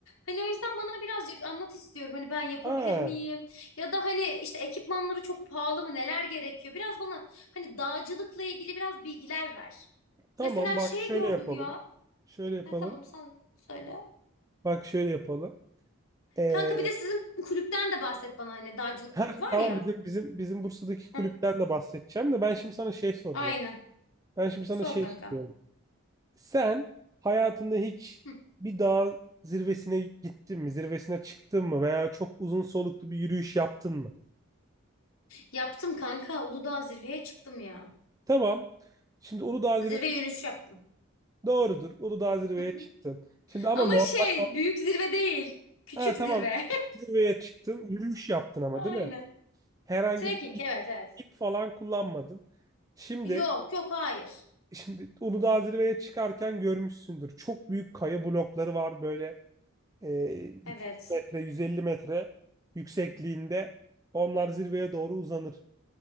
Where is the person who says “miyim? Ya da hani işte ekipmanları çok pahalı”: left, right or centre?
Left